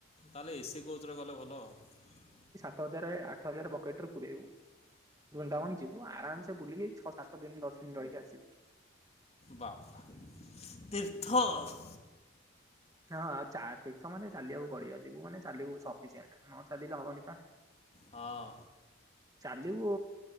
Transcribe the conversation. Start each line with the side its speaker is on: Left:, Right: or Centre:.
Left: ତାହେ ଏସି କର। ଭିତରେ ଗଲେ ଭଲ ଆଉ।
Right: ସ ହଜାର ଆଠ ହଜାର ପକେଟରେ ପୂୁରଇବୁ ବୃନ୍ଦାବନ ଯିବୁ ଆରାମସ ବୁଲିକି ଛଅ ସାତ ଦିନ ଦଶ ଦିନ ରହିକି ଆସିବୁ।
Left: ବାପା ତୀର୍ଥ।
Right: ହଁାନେ ଚାଲିବାକୁ ପଡିବ ଯିବୁ ମାନେ ଚାଲିବୁ ସଫିସିଣ୍ଟ ନ ଚାଲିଲେ ହବନି ବା।
Left: ହଁ
Right: ଚାଲିବୁ